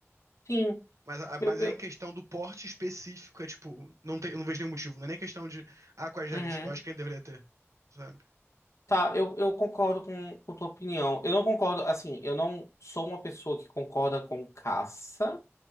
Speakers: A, on the left; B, on the right.
A: Sim.
B: Mas, a- mas
A: Eu, eu,
B: aí em questão do porte específico, é tipo, não tem, eu não vejo nenhum motivo. Não é nem questão de, ah, quais regras?
A: uhum.
B: Eu acho que ele deveria ter, sabe?
A: Tá, eu, eu concordo com, com tua opinião. Eu não concordo, assim, eu não sou uma pessoa que concorda com caça